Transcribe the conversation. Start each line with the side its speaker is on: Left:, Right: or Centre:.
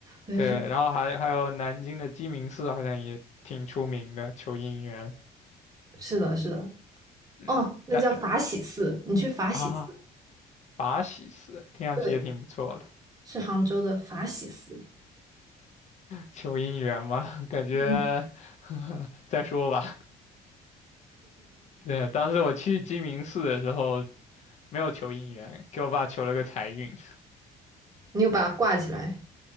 Right: 我就想
Left: 对，然后还还有南京的鸡鸣寺，好像也挺出名的，求姻缘。
Right: 是的，是的，
Left: 嗯，
Right: 哦，那叫法喜寺，
Left: 但
Right: 你去法喜寺。
Left: 啊，法喜寺听上去也挺不错的，
Right: 对。是杭州的法喜寺，
Left: 求姻缘嘛，感觉
Right: 嗯
Left: <laughs> 再说吧。对，当时我去鸡鸣寺的时候没有求姻缘，给我爸求了个财运。
Right: 你又把它挂起来。